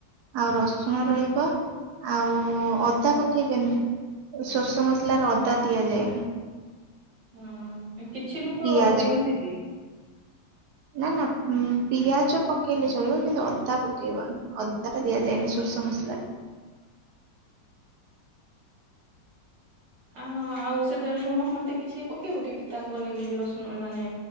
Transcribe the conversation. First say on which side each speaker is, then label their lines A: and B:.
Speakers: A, on the right (about 65°); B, on the right (about 85°).
A: ଆଉ ରସୁଣ ରହ ଆଉ ଅଦା ପକେଇବେନି ସୋରିଷ ମସଲାରେ ଅଦା ଦିଆଯାଏନି ।
B: ହଁ କିଛି ଲୋକ
A: ପିଆଜ
B: ଦିଅନ୍ତି ବି ।
A: ନା ନା ପିଆଜ ପକେଇଲେ ଚଳିବ କିନ୍ତୁ ଅଦା ପକେଇବନି ଅଦା ଟା ଦିଆଯାଇଏନି ସୋରିଷ ମସଲାରେ ।
B: ଆଁ ଆଉ ସେଥିରେ ଲୁଣ ହଳଦୀ କିଛି ପକେଇବ କି ପିତା ହବନି ବୋଲି ରସୁଣ ମାନେ